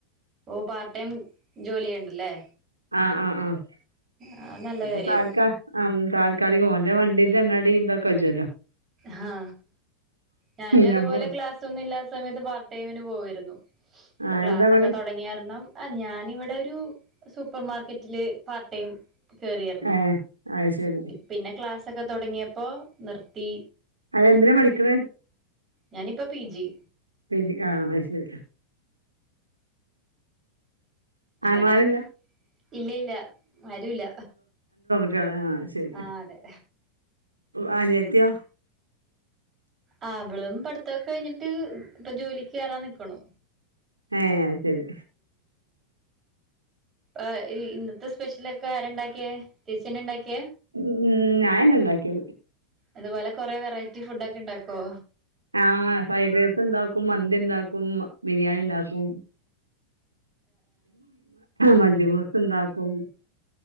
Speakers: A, on the right; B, on the right.
A: ഓ പാർട്ട് ടൈം ജോലി ചെയ്യണ്ടല്ലേ
B: ആഹ് ആഹ് ആഹ്
A: ആ നല്ല
B: അപ്പ
A: കാര്യോ
B: താൽക്ക ആ താല് ക്കാലികം ഓന്റെ വണ്ടിന്റെ എണ്ണടീം തൊക്കെ കജ്ജോലോ
A: ഹാ ഞാനും അതുപോലെ
B: ഞമ്മൾ
A: ക്ലാസൊന്നും ഇല്ലാത്ത സമയത്ത് പാർട്ടടൈമിന് പോവേ രുന്നു ഇപ്പൊ
B: ആ
A: ക്ലാസ്സൊക്കെ
B: എന്താ പണി
A: തൊടങ്യാരണം ആ ഞാനിവിടെ രു സൂപ്പർ മാർക്കറ്റില് പാർടൈം കേറിയേർന്നു
B: ഏ അത് ശരി
A: പിന്നെ ക്ലാസ് സൊക്കെ തൊടങ്യെപ്പോ നിർത്തി
B: അതെന്തിനാ പഠിക്ക്ണ്
A: ഞാനിപ്പോ പി ജി
B: പി ജി ആ അഹ്ശെരി
A: അങ്ങനെ
B: ആങ്ങളാരില്ല
A: ഇല്ല ഇല്ല ആരൂല്ല
B: ട്ട്യാള് ആ ശരി
A: ആഹ് അതെ
B: അനിയത്തിയോ?
A: ആഹ് അവളും പഠിത്തൊക്കെ കഴിഞ്ഞിട്ട് ഇപ്പ ജോലിക്ക് കേറാൻ നിക്കണു
B: ഏ അഹ്ശരി
A: അ ഇന്നത്തെ സ്പെഷ്യലൊക്കെ ആരണ്ടാക്കിയേ ചേച്ചിയന്നെ ഇണ്ടാ ക്ക്യെ
B: ഉം ഞൻ ഉണ്ടാക്കിയത്
A: അതുപോലെ കൊറെേ വെറൈറ്റി ഫുഡ് ഒക്കെ ഉണ്ടാക്കോ
B: ആഹ ഫ്രൈഡ് റൈസ് ഉണ്ടാക്കും മന്തി ഉണ്ടാക്കും ബിരിയാണി ഉണ്ടാക്കും മജബോസന്ത ഉ